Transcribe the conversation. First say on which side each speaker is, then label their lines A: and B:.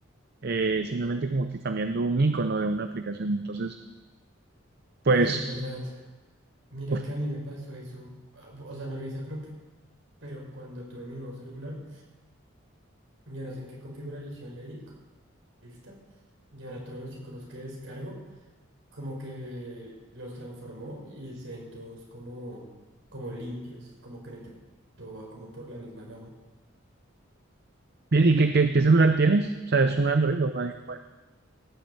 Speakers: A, on the right (about 50°); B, on the right (about 70°).
A: eh, simplemente como que cambiando un icono de una aplicación. Entonces, pues,
B: Eso es verdad. Mira
A: uf,
B: que a mí me pasó eso. ah, O sea, no lo hice a propósito, pero cuando tuve mi nuevo celular, yo no sé en qué configuración le di. Lista. Y ahora todos los iconos que descargo, como que los transformó y se ven todos como, como limpios, como que no hay tanto, todo va como por la misma gama.
A: bien, ¿y qué, qué, qué celular tienes? O sea, ¿es un Android o un iPhone?